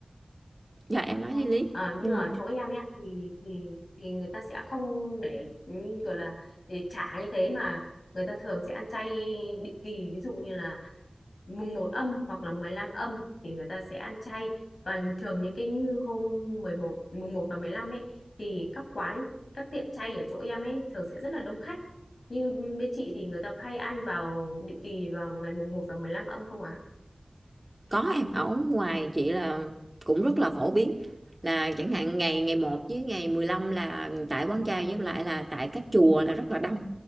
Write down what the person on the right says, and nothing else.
dạ em nói
đi Lý
ừ.
có em ở ngoài chị là cũng rất là phổ biến là chẳng hạn ngày ngày một với ngày 15 là tại quán chay với lại là tại các chùa là rất là đông